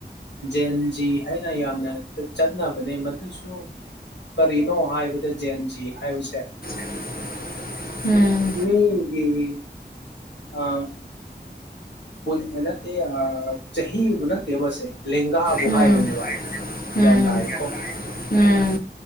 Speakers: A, on the left; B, on the left.
A: ꯖꯦꯟꯖꯤ ꯍꯥꯏꯅ ꯌꯥꯝꯅ ꯆꯠꯅꯕꯅꯦ ꯃꯗꯨꯁꯨ ꯀꯔꯤꯅꯣ ꯍꯥꯏꯕꯗ ꯖꯦꯟꯖꯤ ꯍꯥꯏꯕꯁꯦ
B: <unintelligible> ꯎꯝ
A: ꯃꯤꯒꯤ ꯑ ꯄꯨꯟꯕ ꯅꯠꯇꯦ ꯆꯍꯤꯕꯨ ꯅꯠꯇꯦꯕꯁꯦ ꯂꯦꯡꯒꯥꯕꯨ
B: ꯎꯝ
A: ꯍꯥꯏꯕꯅꯦꯕ
B: ꯎꯝ
A: ꯒ꯭ꯌꯥꯟ ꯇꯥꯢꯒꯣ
B: ꯎꯝ